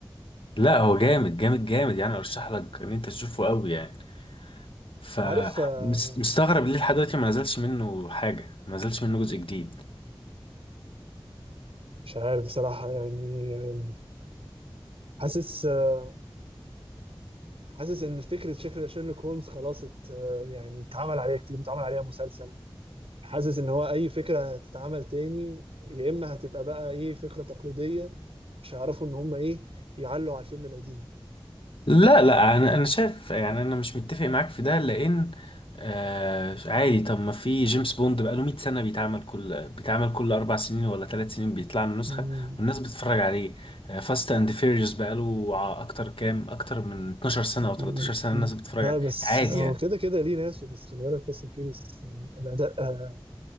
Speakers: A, on the left; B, on the right.
A: لا هو جامد جامد جامد يعني ارشح لك ان انت تشوفه قوي يعني فمستغرب
B: عارف آه،
A: ليه لحد دلوقتي ما نزلش منه حاجة ما نزلش منه جزء جديد
B: مش عارف بصراحة يعني آه، حاسس آه، حاسس ان فكرة شكل- شيرلوك هولمز خلاص ات آه، يعني اتعمل عليها كتير واتعمل عليها مسلسل حاسس ان هو اي فكرة هتتعمل تاني يا اما هتبقى بقى ايه فكرة تقليدية مش هيعرفوا ان هم ايه يعلوا على الفيلم القديم
A: لا لا انا انا شايف يعني انا مش متفق معاك في ده لان آه عادي طب ما في جيمس بوند بقاله 100 سنة بيتعمل كل بيتعمل كل أربع سنين ولا ثلاث سنين بيطلع له نسخة
B: مم.
A: والناس بتتفرج عليه آه فاست أند فيريوس بقاله ع- أكتر كام أكتر من 12 سنة أو
B: مم.
A: 13 سنة الناس بتتفرج
B: لا
A: عليه
B: بس
A: عادي
B: هو
A: يعني
B: كده كده ليه ناسه بس خلي بالك فاست اند فيوريوس يعني الاداء آه،